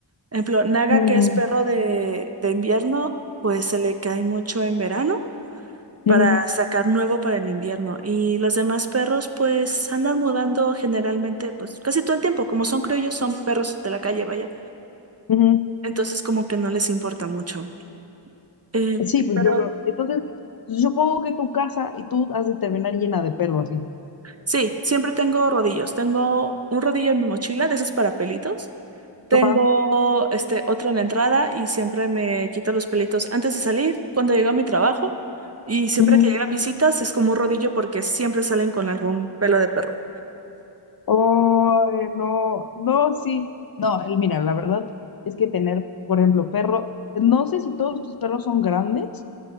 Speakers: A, on the right; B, on the left.
A: Por ejemplo, Naga,
B: Ujú,
A: que es perro de, de invierno, pues se le cae mucho en verano
B: ujú,
A: para sacar nuevo para el invierno. Y los demás perros pues andan mudando generalmente pues casi todo el tiempo, como son criollos, son perros de la calle, vaya.
B: ujú.
A: Entonces como que no les importa mucho. Eh,
B: Sí, pues
A: pero
B: yo creo, entonces, pues, yo supongo que tu casa y tú has de terminar llena de pelo así.
A: Sí, siempre tengo rodillos. Tengo un rodillo en mi mochila, de esos para pelitos. Tengo
B: Ajá,
A: este otro en la entrada y siempre me quito los pelitos antes de salir, cuando llego a mi trabajo. Y siempre
B: ujú.
A: que llega visitas es como un rodillo porque siempre salen con algún pelo de perro.
B: Oh, eh, no, no, sí. No, el- mira, la verdad es que tener, por ejemplo, perro, no sé si todos tus perros son grandes.